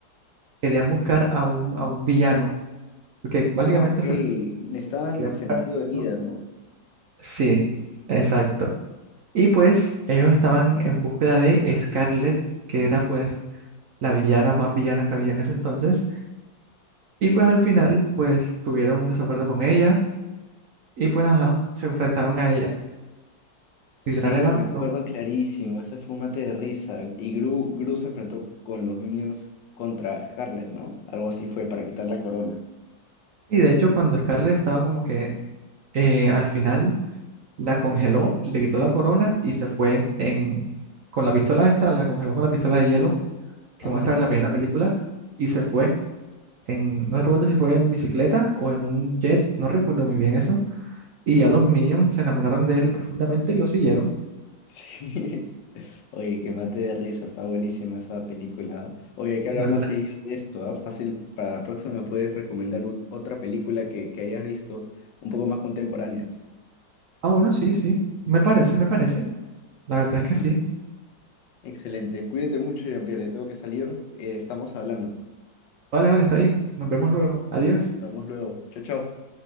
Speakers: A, on the right; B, on the left.
A: Querían buscar a un, a un villano, porque básicamente
B: Ah, ok,
A: se le
B: necesitaban
A: querían
B: sentido
A: buscar,
B: de vida,
A: ¿no?
B: ¿no?
A: Sí, exacto. Y pues ellos estaban en búsqueda de Scarlett, que era pues la villana más villana que había en ese entonces. Y pues al final pues tuvieron un desacuerdo con ella y pues ajá, se enfrentaron a ella.
B: Sí,
A: Literal era
B: me acuerdo
A: lo...
B: clarísimo, ese fue un mate de risa. Y Gru, Gru se enfrentó con los Minions contra Scarlet, ¿no? Algo así fue para quitar la corona.
A: Y de hecho cuando Scarlett estaba como que eh, al final la congeló, le quitó la corona y se fue en... con la pistola esta, la congeló con la pistola de hielo que
B: Ajá.
A: muestra en la primera película y se fue en... No recuerdo si fue en bicicleta o en un jet, no recuerdo muy bien eso Y ya los Minions se enamoraron de él profundamente y lo siguieron.
B: Sí. <laughs> Oye, que mate de risa, está buenísima esa película. ¿ah? Oye, hay que
A: Y
B: hablar
A: la
B: más
A: verdad,
B: seguido de esto, ¿ah? Fácil, para la próxima me puedes recomendar ot- otra película que, que hayas visto un poco más contemporánea.
A: ah, bueno, sí, sí, me parece, me parece. La verdad
B: Excelente,
A: es que sí.
B: excelente. Cuídate mucho, Jean-Pierre, tengo que salir, eh, estamos hablando.
A: Vale, vale, está bien. Nos vemos luego. Adiós.
B: Nos vemos luego. Chao, chao.